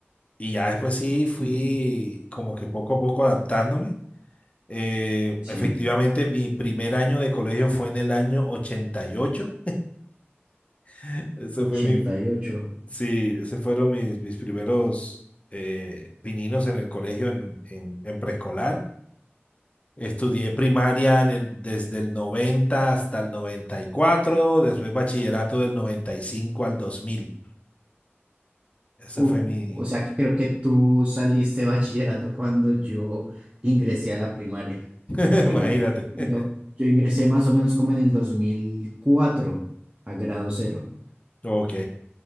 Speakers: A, on the left; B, on the right.
A: Y ya después sí fui
B: ok,
A: como que poco a poco adaptándome. Eh,
B: sí,
A: efectivamente, mi primer año de colegio fue en el año 88. <laughs> Ese
B: ochenta
A: fue mi,
B: y ocho
A: Sí, ese fueron mis, mis primeros eh, pininos en el colegio en, en, en preescolar. Estudié primaria en el, desde el 90 hasta el 94. después bachillerato del 95 al 2000. Esa
B: Uf,
A: fue mi,
B: o sea que creo que tú saliste de bachillerato cuando yo ingresé a la primaria,
A: <laughs>
B: yo creo.
A: imagínate.
B: Yo,
A: <laughs>
B: yo ingresé más o menos como en el 2004 a grado cero.
A: Ok,